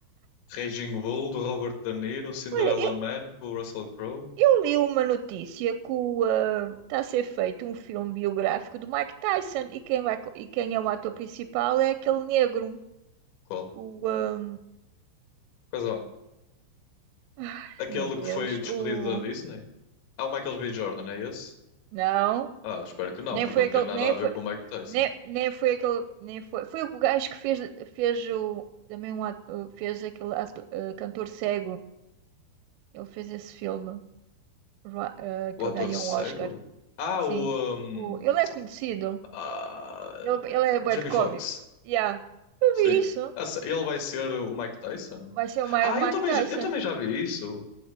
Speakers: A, on the left (about 70°); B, on the right (about 85°).
A: Raging Bull, do Robert De Niro, Cinderella
B: Olha, Eu
A: Man, com o Russell Crowe?
B: eu li uma notícia que o, ah, está a ser feito um filme biográfico do Mike Tyson e quem vai, co- e quem é o ator principal é aquele negro.
A: Qual?
B: O, ah,
A: Coisa,
B: ai,
A: aquele
B: meu Deus,
A: que foi despedido
B: o
A: da Disney? Ah, o Michael B. Jordan, é esse?
B: não,
A: Ah, espero que não,
B: nem
A: porque
B: foi
A: não
B: aquele,
A: tem nada
B: nem
A: a
B: foi,
A: ver com o Mike Tyson.
B: nem, nem foi aquele, nem foi, foi o gajo que fez fez o também um ato- fez aquele ato- ah, cantor cego. Ele fez esse filme, Ro- ah,
A: O
B: que ele
A: ator
B: ganhou
A: cego?
B: um Oscar.
A: Ah,
B: Sim,
A: o. hum,
B: o, ele é conhecido.
A: ah,
B: Ele, ele é bué
A: Jamie
B: de cômico.
A: Foxx.
B: Yeah. Eu
A: Sim.
B: vi isso.
A: Ah, se- Ele vai ser o Mike Tyson?
B: Vai ser o Ma-
A: Ah,
B: o Mike
A: eu também,
B: Tyson.
A: já- eu também já vi isso.